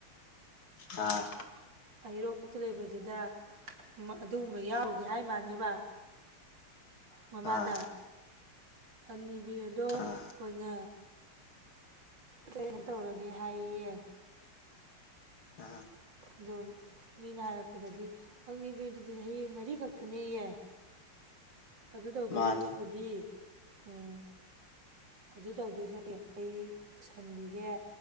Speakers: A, on the left; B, on the right.
A: ꯑꯥ
B: ꯍꯩꯔꯣꯛꯇ ꯂꯩꯕꯗꯨꯗ ꯎꯝ ꯑꯗꯨꯒꯨꯝꯕ ꯌꯥꯎꯔꯨꯒꯦ ꯍꯥꯏ ꯃꯥꯅꯦꯕ ꯃꯃꯥꯗ
A: ꯑꯥ
B: ꯑꯛꯅꯤꯕꯤꯔꯗꯣ
A: ꯑꯥ
B: ꯑꯩꯈꯣꯏꯅ ꯀꯩꯅꯣ <unintelligible> ꯇꯧꯔꯒꯦ ꯍꯥꯏꯌꯦ
A: ꯑꯥ
B: ꯑꯗꯨꯝ ꯃꯤꯅ ꯍꯥꯏꯔꯛꯄꯗꯗꯤ ꯑꯛꯅꯤꯕꯤꯔꯗꯨꯗꯤ ꯆꯍꯤ ꯃꯔꯤ ꯈꯛꯇꯅꯦꯌꯦ ꯑꯗꯨ ꯇꯧꯗꯣꯏ
A: ꯃꯥꯅꯤ
B: ꯁꯔꯨꯛꯄꯨꯗꯤ ꯎꯝ ꯑꯗꯨ ꯇꯧꯗꯣꯏ ꯁꯔꯨꯛꯇꯤ ꯑꯩ ꯄꯨꯁꯟꯕꯤꯒꯦ